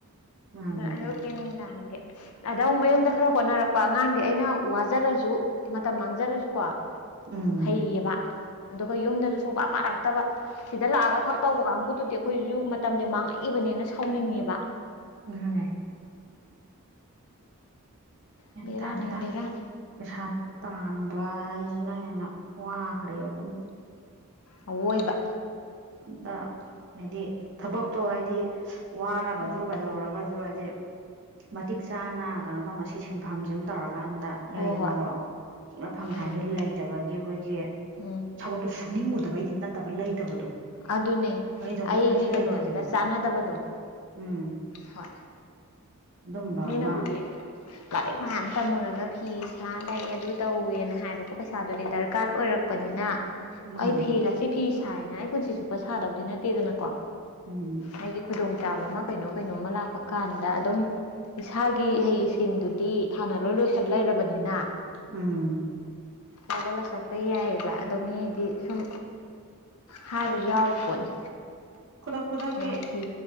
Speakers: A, on the right (about 55°); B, on the left (about 75°).
A: ꯍꯣꯏ
B: ꯂꯥꯛꯑꯅꯤ
A: ꯍꯣꯏ
B: <unintelligible> ꯅꯨꯡꯗꯥꯡꯒꯤ ꯑꯗ ꯃꯌꯨꯝꯗ ꯈꯔ ꯍꯣꯠꯅꯔꯛꯄ ꯑꯉꯥꯡꯗꯤ ꯑꯩꯅ ꯋꯥ ꯖꯔꯁꯨ ꯃꯇꯝ ꯃꯥꯡꯖꯔꯁꯨꯀꯣ
A: ꯎꯝ ꯎꯝ
B: ꯐꯩꯌꯦꯕ ꯑꯗꯨꯒ ꯌꯨꯝꯗꯁꯨ ꯁꯨꯡꯄꯥ ꯄꯥꯔꯛꯇꯕ ꯁꯤꯗ ꯂꯥꯛꯑꯒ ꯈꯛ ꯇꯧꯕ ꯀꯥꯡꯕꯨꯗꯨꯗꯤ ꯑꯩꯈꯣꯏꯁꯨ ꯃꯇꯝꯁꯦ ꯃꯥꯡꯉꯛꯏꯕꯅꯤꯅ ꯁꯥꯎꯅꯤꯡꯉꯦꯕ
A: ꯉꯥꯡꯉꯦ ꯃꯦꯟꯇꯥꯗꯦꯗ
B: ꯕꯦꯔꯥꯅꯤ ꯕꯦꯔꯥꯅꯤ
A: ꯄꯩꯁꯥ ꯇꯥꯟꯕ ꯍꯥꯏꯁꯤꯅ ꯍꯦꯟꯅ ꯋꯥꯈ꯭ꯔꯦ ꯑꯗꯨꯝ
B: ꯑꯋꯣꯏꯕ
A: ꯑꯝꯇ ꯍꯥꯏꯗꯤ ꯊꯕꯛꯇꯣ ꯍꯥꯏꯗꯤ ꯋꯥꯔꯒꯁꯨ
B: ꯎꯝ
A: ꯀꯩꯗꯧꯔꯒꯁꯨ ꯍꯥꯏꯗꯤ ꯃꯇꯤꯛ ꯆꯥꯅ ꯀꯩꯅꯣ ꯇꯧꯅ ꯁꯤ ꯁꯤꯟꯐꯝꯁꯤꯃ ꯇꯧꯔꯀꯥꯟꯗ
B: ꯍꯣꯏ
A: ꯂꯩꯗꯅꯀꯣ
B: ꯍꯣꯏ
A: ꯁꯤꯃꯥ ꯐꯪꯉꯦ
B: ꯎꯝ
A: ꯍꯥꯏꯕꯁꯤ ꯂꯩꯇꯕꯒꯤ ꯑꯩꯈꯣꯏꯒꯤ
B: ꯎꯝ
A: ꯊꯕꯛ ꯁꯨꯅꯤꯡꯉꯨꯗꯕꯩꯗꯤ ꯅꯠꯇꯕ ꯂꯩꯇꯕꯗꯣ
B: ꯑꯗꯨꯅꯦ
A: ꯀꯩꯗꯧꯗꯣꯏꯅꯣ
B: ꯑꯩꯒꯤ
A: ꯍꯥꯏꯁꯤ
B: ꯀꯩꯅꯣꯁꯤꯒ
A: ꯂꯩꯇꯕꯗꯣ
B: ꯆꯥꯟꯅꯗꯕꯗꯣ
A: ꯎꯝ
B: ꯍꯣꯏ
A: ꯑꯗꯨꯝꯕ
B: ꯃꯤꯅꯥꯕꯨꯗꯤ
A: ꯑꯃ
B: ꯂꯥꯏꯔꯤꯛ ꯃꯌꯥꯝ ꯇꯝꯃꯨꯔꯒ ꯐꯤ ꯁꯥ ꯂꯩꯔꯦ ꯑꯗꯨ ꯇꯧꯋꯦꯅ ꯍꯥꯏꯕꯀꯣ ꯄꯩꯁꯥꯗꯨꯗꯤ ꯗꯔꯀꯥꯔ ꯑꯣꯏꯔꯛ ꯄꯅꯤꯅ
A: ꯃꯥꯅꯦ
B: ꯑꯩ ꯐꯤꯒꯁꯤ ꯁꯤ ꯐꯤ ꯁꯥꯏꯅ ꯑꯩ ꯄꯨꯟꯁꯤ ꯆꯨꯞꯄ ꯁꯥꯗꯧꯗꯤ ꯅꯠꯇꯦꯗꯅꯀꯣ
A: ꯎꯝ
B: ꯑꯩꯒꯤ ꯈꯨꯗꯣꯡꯆꯥꯥꯕ ꯑꯃ ꯀꯩꯅꯣ ꯀꯩꯅꯣꯃ ꯂꯥꯛꯄ ꯀꯥꯟꯗ ꯑꯗꯨꯝ ꯏꯁꯥꯒꯤ ꯏꯍꯩ ꯏꯁꯤꯡꯗꯨꯗꯤ ꯍꯥꯟꯅ ꯂꯣꯏ ꯂꯣꯏꯁꯤꯜ ꯂꯩꯔꯕꯅꯤꯅ
A: ꯎꯝ
B: ꯍꯧꯒꯠꯂꯥ ꯆꯠꯄ ꯌꯥꯏꯑꯦꯕ ꯑꯗꯣ ꯃꯤꯗꯤ ꯁꯨꯝ ꯍꯥꯏꯕꯁꯨ ꯌꯥꯎꯔꯤ ꯄꯣꯠꯅꯤ
A: ꯈꯨꯗꯛ ꯈꯨꯗꯛꯀꯤ
B: ꯑꯗꯨꯝ ꯐꯤ